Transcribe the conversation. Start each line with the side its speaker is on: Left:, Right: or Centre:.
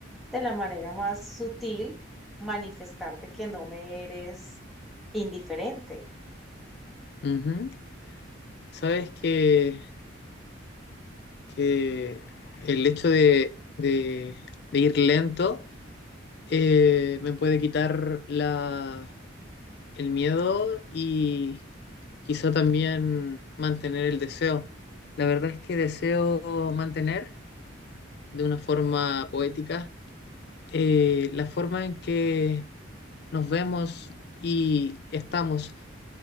Centre: de la manera más sutil manifestar de que no me eres indiferente.
Left: Ujú. Sabes que, que el hecho de, de- de ir lento eh, me puede quitar la, el miedo y quizá también mantener el deseo. La verdad es que deseo mantener de una forma poética eh, la forma en que nos vemos y estamos.